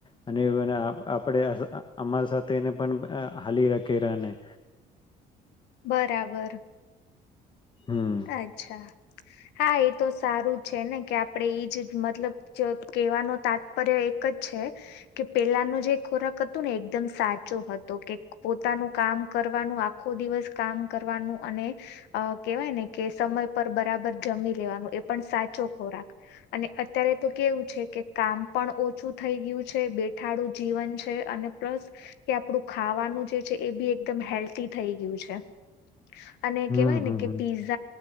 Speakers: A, on the left; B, on the left.
A: અને આપ અમારા સાથેને પણ અ હલી રખી રને
B: બરાબર.
A: હમ
B: અચ્છા. હા એ તો સારું છે ને કે આપણેે એ જ મતલબ કેવાનો તાત્પર્ય એક જ છે કે પેલાનો જે ખોરાક હતુ ને એકદમ સાચો હતો કે પોતાનું કામ કરવાનું આખો દિવસ કામ કરવાનું અને કેહેવાય ને કે સમય પર બરાબર જમી લેવાનું એ પણ સાચો ખોરાક અને અત્યારે તો કેવું છે કે કામ પણ ઓછું થઈ ગયું છે બેઠાડું જીવન છે અને પ્લસ એ આપડું ખાવાનું જે છે એ બી એકદમ હેલ્ધ થઈ ગયું છે અને
A: હમ
B: કેહેવાય ને
A: હમ
B: કે
A: હમ
B: પીઝ